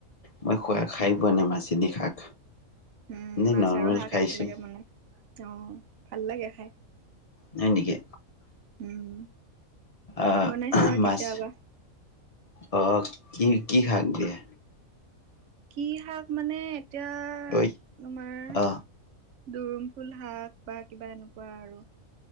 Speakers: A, on the left; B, on the right.
A: মই খোৱা খাই পোৱা নাই মাছে দি শাক
B: উম
A: এনে
B: মাছ
A: নৰ্মেল
B: আৰু শাক
A: খাইছো
B: একেলগে বনাই অ ভাল লাগে খাই।
A: হয় নেকি
B: উম,
A: অ
B: বনাই চাবা
A: মাছ
B: কেতিয়াবা।
A: অ কি কি শাক দিয়ে
B: কি শাক মানে এতিয়া
A: ঐ
B: তোমাৰ
A: অ
B: দৰুম ফুল শাক বা কিবা এনেকুৱা আৰু